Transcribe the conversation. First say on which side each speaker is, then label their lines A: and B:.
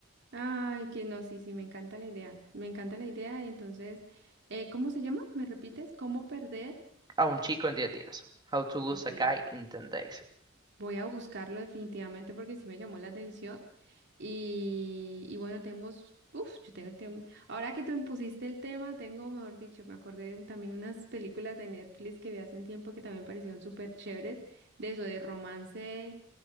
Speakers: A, on the right; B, on the right.
A: Ay, que no, sí, sí, me encanta la idea. Me encanta la idea. Entonces, eh, ¿cómo se llama? ¿Me repites? ¿Cómo perder?
B: A un chico en 10 días. How to lose
A: Ok.
B: a guy in ten days.
A: Voy a buscarlo definitivamente porque sí me llamó la atención. Y, y bueno, tenemos, uf, yo tengo, tem- ahora que tú me pusiste el tema, tengo, mejor dicho, me acordé de un- también unas películas de Netflix que vi hace un tiempo que también parecieron súper chéveres, de eso, de romance